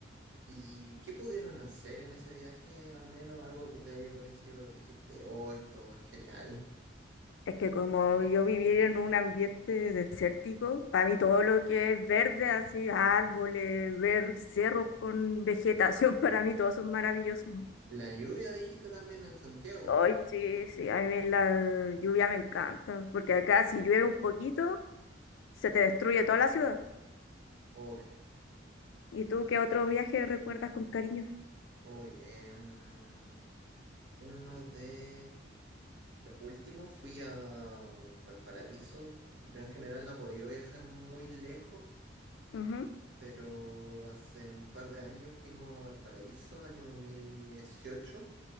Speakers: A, on the right (about 65°); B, on the left (about 70°).
A: ¿Y qué pudieron hacer en ese viaje? Al menos algo que te haya parecido, dijiste, oh, esto es genial.
B: Es que como yo viví en un ambiente desértico, para mí todo lo que es verde, así, árboles, ver cerros con vegetación, <laughs> para mí todos son maravillosos.
A: La lluvia dijiste también en Santiago.
B: Ay, sí, sí, a mí la lluvia me encanta, porque acá si llueve un poquito, se te destruye toda la ciudad.
A: Uy,
B: ¿Y tú qué otro viaje recuerdas con cariño?
A: uy, em, uno de los últimos fui a Valparaíso. Yo en general no he podido viajar muy lejos,
B: Ujú,
A: pero hace un par de años fuimos a Valparaíso, año 2018.